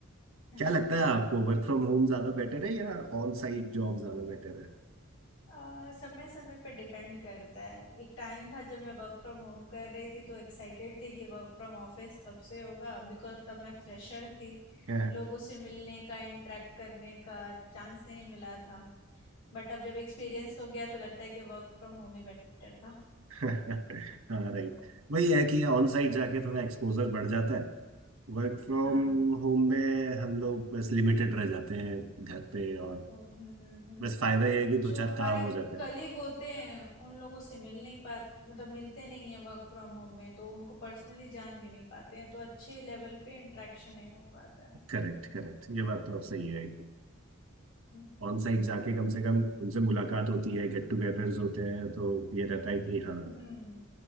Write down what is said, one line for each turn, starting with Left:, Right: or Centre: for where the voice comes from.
Left: <laughs>
Right: क्या लगता है आपको वर्क फ्रॉम होम ज्यादा बेटर है या ऑन साइट जॉब ज्यादा बेटर है
Left: अ, समय समय पे डिपेंड करता है एक टाइम था जब मैं वर्क फ्रॉम होम कर रही थी तो एक्साइटेड थी कि वर्क फ्रॉम ऑफिस कब से होगा बिकॉज तब मैं फ्रेशर थी
Right: <laughs>
Left: लोगों से मिलने का इंटरेक्ट करने का चांस नहीं मिला था बट अब जब एक्सपीरियंस हो गया तो लगता है कि वर्क फ्रॉम होम ही बेटर था
Right: हाँ राइट वही है कि ऑन साइट जाके थोड़ा एक्सपोजर बढ़ जाता है वर्क फ्रॉम
Left: हाँ हाँ
Right: होम में हम लोग बस लिमिटेड रह जाते हैं घर पे और
Left: हम्म हम्म हम्म।
Right: बस फायदा यह है कि दो
Left: जो
Right: चार
Left: हमारे
Right: काम हो जाते
Left: कलीग
Right: हैं
Left: होते हैं उन लोगों से मिल नहीं पाते मतलब मिलते नहीं है वर्क फ्रॉम होम में तो उनको पर्सनली जान भी नहीं पाते हैं तो अच्छे लेवल पे इंटरेक्शन नहीं हो पाता है
Right: करेक्ट करेक्ट ये बात तो सही है एकदम
Left: हम्म
Right: ऑन साइट जाके कम से कम उनसे मुलाकात होती है गेट टुगेदर्स होते हैं तो ये रहता है कि हाँ
Left: हम्म